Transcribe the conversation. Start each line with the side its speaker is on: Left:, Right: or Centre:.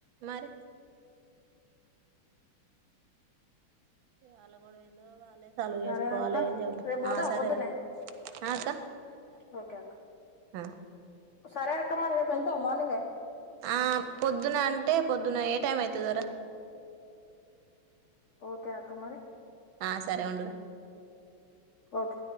Right: మరి వాళ్ళగోడవ ఎందో వాళ్ళే. సాల్వ్
Left: సరే
Right: చేసుకోవాలి
Left: అక్క
Right: చెపు
Left: రేపు పోదామా
Right: ఆహ్ సరేరా.
Left: పొద్దున్నే
Right: ఆహ్ అక్క.
Left: ఓకే అక్క.
Right: ఉమ్
Left: సరేక్క మరీ రిపెల్తవ మార్నింగే.
Right: ఆహ్ పొద్దున అంటే పొద్దున ఏ టైం అయితాదొర.
Left: ఒకే అక్క మరి
Right: ఆ సరే ఉండురా
Left: ఓకే